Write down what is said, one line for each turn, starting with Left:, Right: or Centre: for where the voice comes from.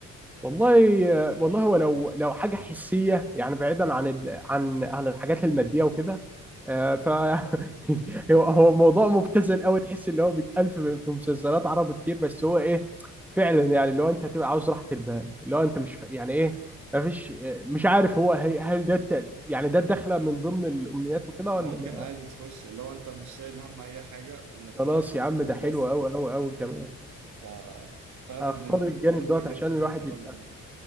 Centre: والله والله هو لو لو حاجه حسيه يعني بعيدا عن ال... عن عن الحاجات الماديه وكده آه، ف <laughs> هو هو موضوع مبتذل قوي تحس اللي هو بيتقال في في مسلسلات عربي كتير بس هو ايه فعلا يعني اللي هو انت تبقى عاوز راحه البال اللي هو انت مش ف- يعني ايه ما فيش مش عارف هو هي- هل ده الت- يعني ده الدخله من ضمن الامنيات وكده
Right: ممكن
Centre: ولا ما
Right: عادي تخش اللي هو انت مش شايل هم أي حاجة ومرتاح
Centre: خلاص يا عم
Right: وبس
Centre: ده حلو قوي قوي قوي كمان
Right: ففعلا
Centre: اختار
Right: دي
Centre: الجانب
Right: برضو
Centre: دوت
Right: وجهة
Centre: عشان
Right: نظر
Centre: الواحد
Right: حلوة
Centre: يبقى
Right: جدا